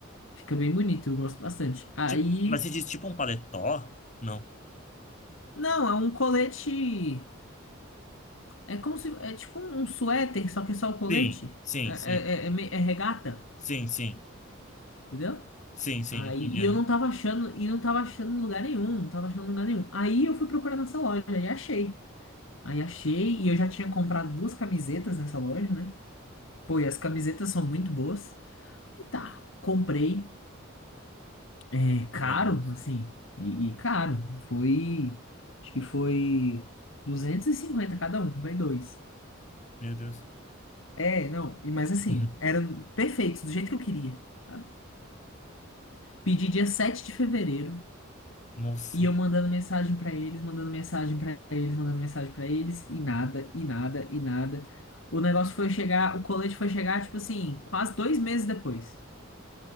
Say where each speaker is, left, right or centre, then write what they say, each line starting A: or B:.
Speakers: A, on the left; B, on the left.
A: Fica bem bonito, eu gosto bastante. Aí.
B: Tipo, mas você diz tipo um paletó? Não.
A: Não, é um colete. É como se. É tipo um suéter, só que é só o colete.
B: Sim, sim,
A: É, é,
B: sim.
A: é- é me- é regata,
B: Sim, sim.
A: entendeu?
B: Sim, sim,
A: Aí,
B: entendi.
A: e
B: aham.
A: eu não tava achando, e não tava achando em lugar nenhum, não tava achando em lugar nenhum. Aí eu fui procurar nessa loja e achei. Aí achei, e eu já tinha comprado duas camisetas nessa loja, né? Pô, e as camisetas são muito boas. E tá, comprei. É caro,
B: Meu Deus.
A: assim, e, e caro. Foi. Acho que foi 250 cada um, comprei dois.
B: Meu Deus.
A: É, não, e mas assim,
B: <laughs>
A: eram perfeitos, do jeito que eu queria, sabe? Pedi dia 7 de fevereiro,
B: Nossa.
A: e eu mandando mensagem pra eles, mandando mensagem pra eles, mandando mensagem pra eles, e nada, e nada, e nada. O negócio foi chegar, o colete foi chegar, tipo assim, quase dois meses depois.